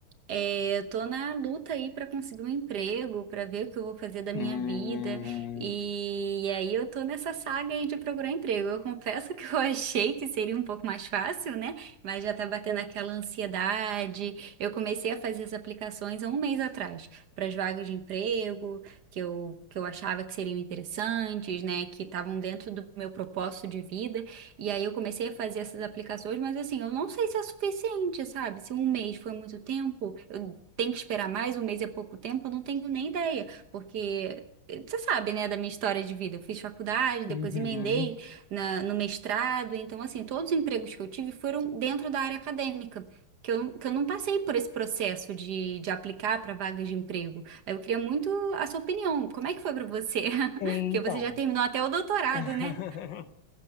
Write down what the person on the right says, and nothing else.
É, eu tô na luta aí para conseguir um emprego, para ver o que eu vou fazer da
minha vida. E, e aí eu tô nessa saga aí de procurar emprego. Eu confesso que eu <laughs> achei que seria um pouco mais fácil, né? Mas já tá batendo aquela ansiedade. Eu comecei a fazer as aplicações há um mês atrás para as vagas de emprego que eu, que eu achava que seriam interessantes, né? Que estavam dentro do meu propósito de vida. E aí eu comecei a fazer essas aplicações, mas assim, eu não sei se é suficiente, sabe? Se um mês foi muito tempo, eu tenho que esperar mais, um mês é pouco tempo, eu não tenho nem ideia, porque eh, você sabe, né, da minha história de vida. Eu fiz faculdade,
depois emendei na, no mestrado, então assim, todos os empregos que eu tive foram dentro da área acadêmica. Que eu, que eu não passei por esse processo de, de aplicar para vagas de emprego. Eu queria muito a sua opinião. Como é que foi para você? <laughs>
Porque
você já terminou até o doutorado,
né?